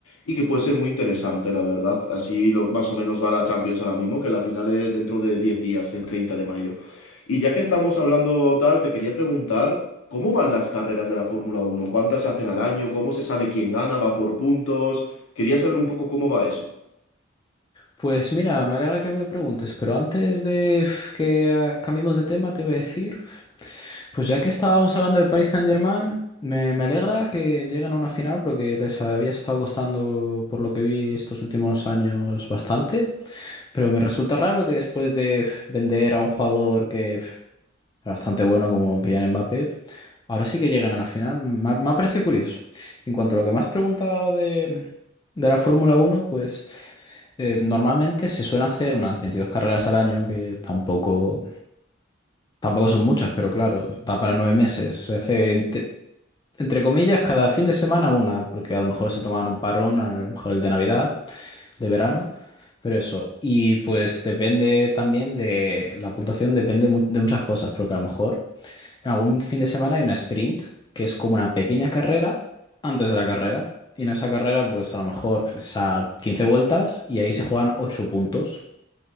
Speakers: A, on the left; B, on the left.
A: y que puede ser muy interesante, la verdad. Así lo, más o menos va la Champions ahora mismo, que la final es dentro de 10 días, el 30 de mayo. Y ya que estamos hablando tal, te quería preguntar, ¿cómo van las carreras de la Fórmula Uno ¿Cuántas se hacen al año? ¿Cómo se sabe quién gana? ¿Va por puntos? Quería saber un poco cómo va eso.
B: Pues mira, me alegra que me lo preguntes, pero antes de uf, que ah, cambiemos de tema, te iba a decir, uf, pues ya que estábamos hablando del Paris Saint-Germain, me, me alegra que lleguen a una final porque les había estado costando, por lo que vi estos últimos años, bastante, pero me resulta raro que después de uf, vender a un jugador que uf, era bastante bueno como Kylian Mbappé. Ahora sí que llegan a la final. Me ha, me ha parecido curioso. En cuanto a lo que me has preguntado de, de la Fórmula Uno, pues eh, normalmente se suelen hacer unas 22 carreras al año, que tampoco, tampoco son muchas, pero claro, da para nueve meses. Se hace, ente- entre, comillas, cada fin de semana una, porque a lo mejor se toman un parón, a lo mejor el de Navidad, de verano. Pero eso, y pues depende también de, la puntuación depende mu- de muchas cosas, porque a lo mejor Algún fin de semana hay una sprint, que es como una pequeña carrera antes de la carrera. Y en esa carrera, pues a lo mejor es a 15 vueltas y ahí se juegan 8 puntos.